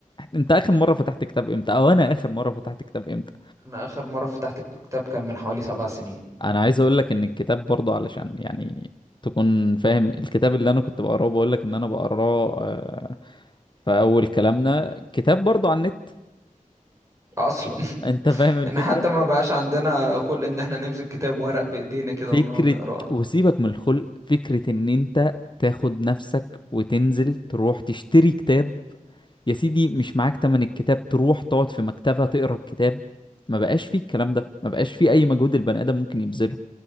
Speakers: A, on the left; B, on the right.
A: انت اخر مره فتحت كتاب امتى او انا اخر مره فتحت كتاب امتى
B: أنا آخر مرة فتحت الكتاب كان من حوالي سبع سنين
A: انا عايز اقول لك ان الكتاب برضه علشان يعني تكون فاهم الكتاب اللي انا كنت بقراه بقول لك ان انا بقراه آه، في اول كلامنا كتاب برضه عن النت
B: أصلا <laughs>
A: انت فاهم الفكره
B: إن حتى ما بقاش عندنا خلق إن إحنا نمسك كتاب ورق بإيدينا كده
A: فكره
B: ونقعد نقراه
A: وسيبك من الخلق فكره ان انت تاخد نفسك وتنزل تروح تشتري كتاب يا سيدي مش معاك تمن الكتاب تروح تقعد في مكتبة تقرا الكتاب ما بقاش فيه الكلام ده ما بقاش فيه اي مجهود البني ادم ممكن يبذله